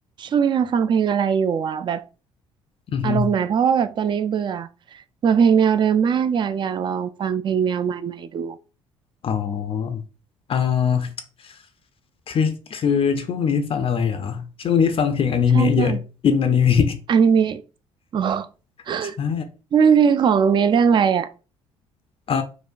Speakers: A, on the right (about 35°); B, on the left (about 40°).
A: ช่วงนี้เราฟังเพลงอะไรอยู่อ่ะแบบ
B: อือฮึ
A: อารมณ์ไหนเพราะว่าแบบตอนนี้เบื่อเบื่อเพลงแนวเดิมมากอยากอยากลองฟังเพลงแนวใหม่ๆดู
B: อ๋ออ่าคือคือช่วงนี้ฟังอะไรเหรอช่วงนี้ฟังเพลงอนิเมะเยอะอินอนิเมะ
A: ใช่ใช่อนิเมะอ๋อ
B: <laughs>
A: <laughs>
B: ใช่
A: นั่นเพลงของอนิเมะเรื่องอะไรอ่ะ
B: เอ่อ